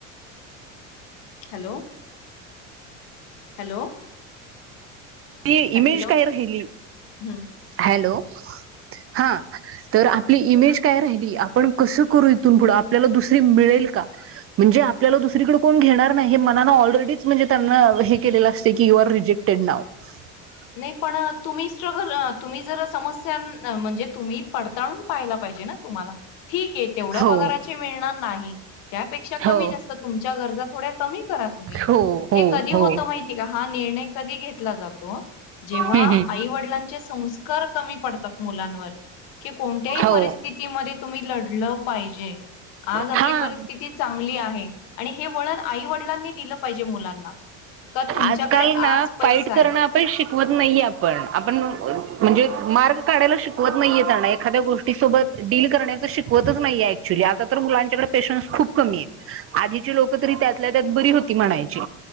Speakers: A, on the left (about 60°); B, on the right (about 35°).
A: हॅलो! हॅलो!
B: ती
A: हॅलो
B: इमेज काय राहिली,
A: हम्म
B: हॅलो! हा तर आपली इमेज काय राह्यली, आपण कसं करू इथुन पुढं आपल्याला दुसरी मिळेल का? म्हणजे आपल्याला दुसरीकडे कोण घेणार नाही हे मनानं ऑलरेडीच म्हणजे त्यांना हे केलेलं असतंय की यु आर रिजेक्टेड नाऊ. <inaudible>
A: नाही पण तुम्ही स्ट्रगल अ तुम्ही जर समस्यां न म्हणजे तुम्ही पडताळून पाहायला पाहिजे ना तुम्हाला. ठीक आहे तेवढ्या
B: हो
A: पगाराची मिळणार नाही, त्यापेक्षा कमी
B: हो
A: जास्त तुमच्या गरजा थोड्या कमी करा तुम्ही,
B: हो हो
A: हे कधी
B: हो
A: होतं माहिती का हा निर्णय कधी घेतला जातो? जेव्हा
B: हम्म हम्म
A: आई वडीलांचे संस्कार कमी पडतात मुलांवर. कि कोणत्याही
B: हो
A: परिस्थितीमध्ये तुम्ही लढलं पाहिजे. आज आपली
B: हा
A: परिस्थिती चांगली आहे. आणि हे वळण आई -वडिलांनी दिलं पाहिजे मुलांना. का तुमच्याकडे
B: आजकाल ना
A: आज पैसा
B: फाईट
A: आहे
B: करणं आपण शिकवत नाहीे आपण आपण म्हणजे मार्ग काढायला शिकवत नाहीये त्यांना, एखाद्या गोष्टी सोबत डील करण्याच शिकवतच नाहीये. ऍक्च्युली आता तर मुलांच्याकडे पेशन्स खूप कमी आहेत. आधीची लोक तरी त्यातल्या त्यात बरी होती म्हणायची.